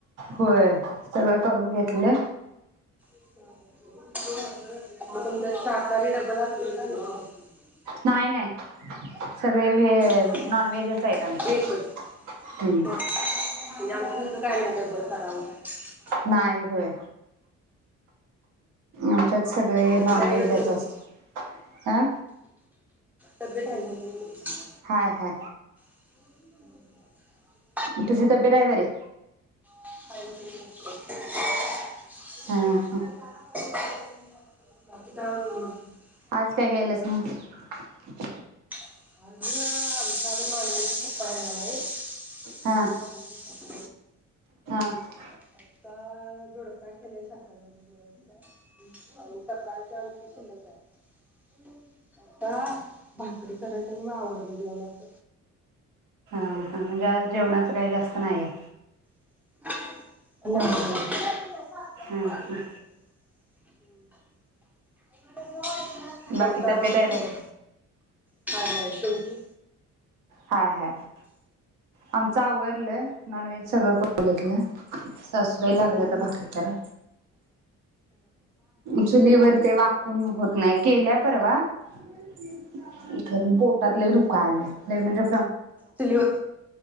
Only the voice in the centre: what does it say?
<unintelligible> <unintelligible> <inaudible>
हं.
एकच
हं. <inaudible>
तब्येत
आहे बरी तुमची
तब्येत हाय म्हनून
<inaudible>
<inaudible> <unintelligible>
<inaudible>
<unintelligible> <unintelligible>
आता दोडका केलाय सकाळी जेवायला. अजून सकाळच्या भाकरी शिल्लक हाय. आता भाकरी कराची न मग आवरायच जेवणाच.
<inaudible>
<inaudible>
चौदा
आवरले
सगळे <unintelligible> तुझी
तुमची
चुलीवर,